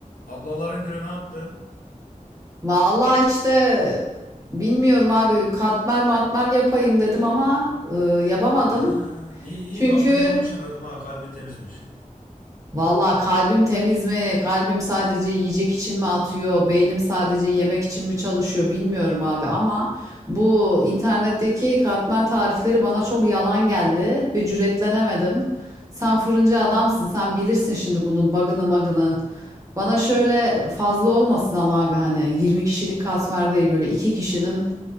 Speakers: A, on the left; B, on the right.
A: Ablaların gülü ne yaptın?
B: Vallahi işte bilmiyorum abi katmer matmer yapayım dedim ama e, yapamadım.
A: Ha, iyi iyi
B: Çünkü
A: bak ben de onun için aradım ha kalbin temizmiş.
B: Vallahi kalbim temiz mi? Kalbim sadece yiyecek için mi atıyor? Beynim sadece yemek için mi çalışıyor? Bilmiyorum abi ama bu internetteki katmer tarifleri bana çok yalan geldi ve cüretlenemedim. Sen fırıncı adamsın. Sen bilirsin şimdi bunun bug'ını magını. Bana şöyle fazla olmasın ama abi hani 20 kişilik katmer değil böyle 2 kişinin